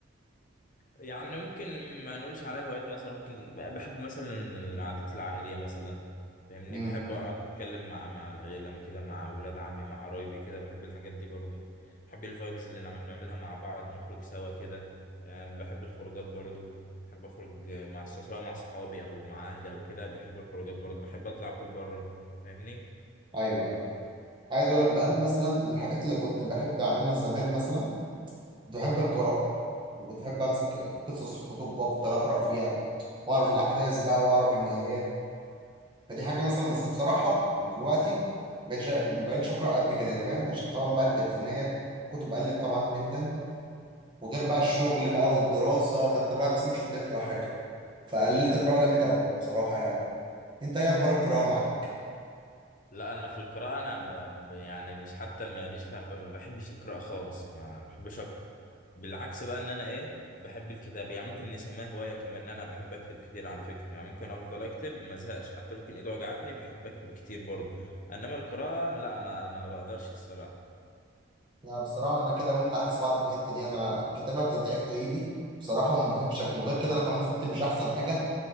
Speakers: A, on the left; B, on the right.
A: يعني ممكن ما نقولش عليها هوايات مثلا ممكن ب- بحب مثلا العادات العائلية مثلا فاهمني
B: امم
A: بحب أقعد أتكلم مع مع العيلة كده مع ولاد عمي مع قرايبي كده بحب الحاجات دي برضه بحب الفايبز اللي نعمل نعملها مع بعض ونخرج سوا كده يعني بحب الخروجات برضه بحب أخرج مع الص- سواء مع صحابي أو مع أهلي أو كده بحب الخروجات برضه بحب أطلع أكل بره فاهمني
B: ايوه ايوه عايز اقول لك بقى انا مثلا من الحاجات اللي كنت بحب اعملها زمان مثلا كنت بحب القراءه وكنت بحب امسك قصص كتب وافضل اقرا فيها واعرف الاحداث بقى واعرف النهايات فدي حاجه مثلا بس بصراحه من دلوقتي مبقتش مبقتش اقرا قد كده يعني فاهم عشان طبعا بقى التليفونات كتب قلت طبعا جدا وغير بقى الشغل بقى والدراسه فانت الواحد اصلا مش فاضي يقرا حاجه فقللت قراءه جامد قوي بصراحه يعني انت ايه اخبار القراءه معاك
A: لا أنا في القراءة أنا ب... ب- يعني مش حتى ماليش فيها ب- ما بحبش القراءة خالص ما بحبش أقرأ بالعكس بقى ان انا ايه بحب الكتاب يعني ممكن نسميها هواية كمان ان انا بحب اكتب كتير على فكرة يعني ممكن افضل اكتب ما ازهقش حتى ممكن ايدي وجعتني بحب اكتب كتير برضه انما القراءة لا ما ما بقدرش الصراحة
B: لا بصراحة أنا كده وأنت عكس بعض في الحتة دي أنا الكتابة بتتعب لي إيدي بصراحة وما بحبش أكتب وغير كده أنا كمان خطي مش أحسن حاجة